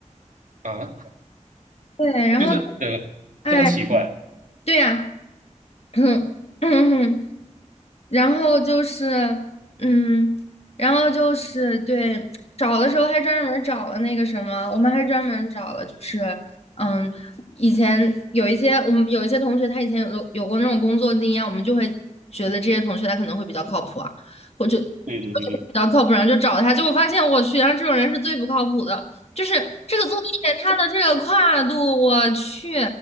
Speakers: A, on the right; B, on the left.
A: 啊，
B: 对，然后
A: 就是呃，
B: 哎，
A: 这么奇怪？
B: 对呀、<clears throat> 然后就是，嗯，然后就是对，找的时候还专门儿找了那个什么，我们还专门儿找了，就是，嗯，以前有一些我们有一些同学，他以前有有过那种工作经验，我们就会觉得这些同学他可能会比较靠谱啊，或者
A: 对对对对，
B: 比较靠谱，然后就找他，结果发现我去，然后这种人是最不靠谱的，就是这个作业他的这个跨度，我去。